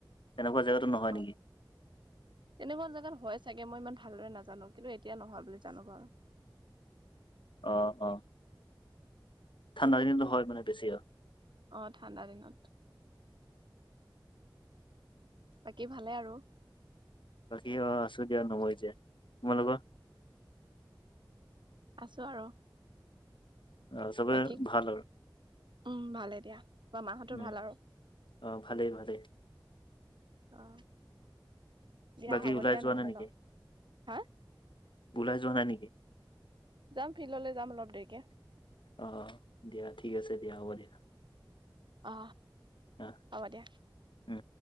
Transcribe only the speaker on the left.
তেনেকুৱা জেগাতো নহয়
নেকি?
অ অ। ঠাণ্ডা দিনত হয় মানে বেছি আৰু।
বাকী অ আছো দিয়া নোমৰি জীয়াই। তোমালোকৰ?
আহ চবৰে
ভাল আৰু
উম।
অ ভালেই ভালেই।
বাকী
ওলাই
যোৱা
নাই নেকি
ওলাই যোৱা নাই নেকি?
অ দিয়া ঠিক আছে দিয়া হ'ব দিয়া।
অ
উম।